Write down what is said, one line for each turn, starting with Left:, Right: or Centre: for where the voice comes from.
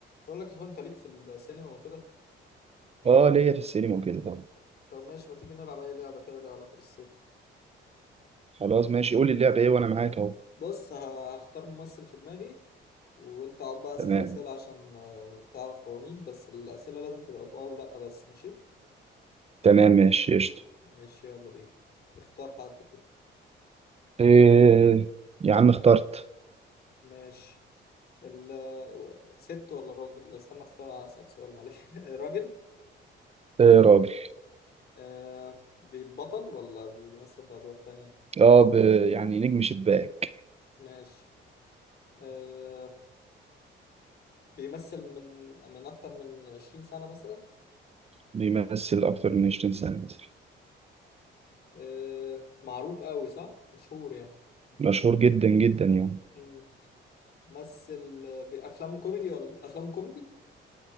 Left: بقول لك يا اخوان انت ليك في السينما وكده
Right: اه ليا في السينما وكده طبعا
Left: طب ماشي ما تيجي نلعب اي لعبه كده ليها علاقه بالسينما
Right: خلاص ماشي قول لي اللعبة ايه وانا معاك اهو
Left: بص ه- هختار ممثل في دماغي وانت اقعد بقى اسال
Right: تمام
Left: اسئله عشان آه، تعرف هو مين بس الاسئله لازم تبقى بأه او لا بس ماشي
Right: تمام ماشي قشطة
Left: ماشي يلا بينا اختار حد كده
Right: إيه يا عم اخترت
Left: ماشي ال ست ولا راجل لا، استنى اختار اسال سؤال معلش <laughs> راجل
Right: إيه راجل
Left: آه بيبطل ولا بيمثل في ادوار تانية
Right: اه ب... يعني نجم شباك
Left: ماشي آه بيمثل من من اكتر من 20 سنه مثلا
Right: بيمثل اكتر من 20 سنة مثلا
Left: آه، معروف قوي صح مشهور يعني
Right: مشهور جدا جدا يعني
Left: مم. مثل بأفلامه كوميدي ولا أفلام كوميدي